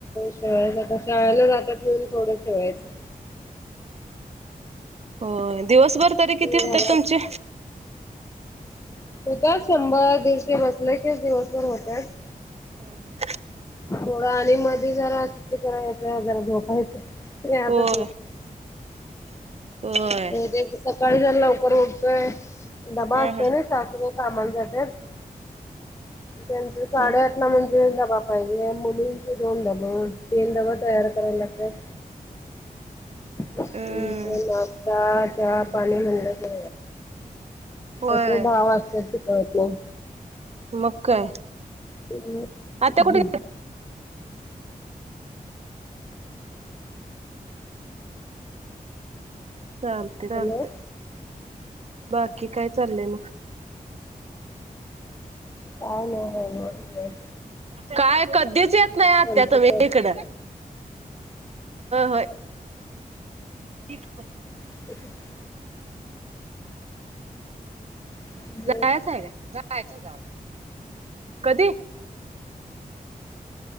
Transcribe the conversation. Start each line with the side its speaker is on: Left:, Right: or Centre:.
Left: शिवायचं. आता शाळेला जात्यात म्हणून थोडं शिवायचं.
Right: होय, दिवसभर तरी किती होतेत
Left: घरात
Right: तुमचे?
Left: <unintelligible> शंभर, दीडशे बसले की दिवसभर होत्यात.
Right: हा हं.
Left: थोडं आणि मध्ये जरा सुट्टी करायचं, जरा झोपायचं. <unintelligible> ते
Right: होय होय
Left: ते सकाळी जरा लवकर उठतोय, डबा
Right: ह
Left: असतोय ना सात हे कामाला जात्यात त्यांची
Right: ह
Left: साडेआठला म्हणजे डबा पाहिजे. मुलींचे दोन डब, तीन डबे तयार करायला लागत्यात. नाश्ता,
Right: हम्
Left: चहा, पाणी <unintelligible>
Right: होय.
Left: कसं दहा वाजत्यात ती कळतं नाही.
Right: मग काय.
Left: <unintelligible>
Right: आता कुठे चालते चालतय,
Left: हॅलो
Right: बाकी काय चाललंय मग?
Left: काय नाही <unintelligible> निवांत.
Right: काय कधीच येत नाही आत्त्या
Left: आमचं
Right: तुम्ही
Left: काय
Right: इकड. हो, होय. <unintelligible>
Left: <unintelligible> काय
Right: जायाचा हाय का? कधी?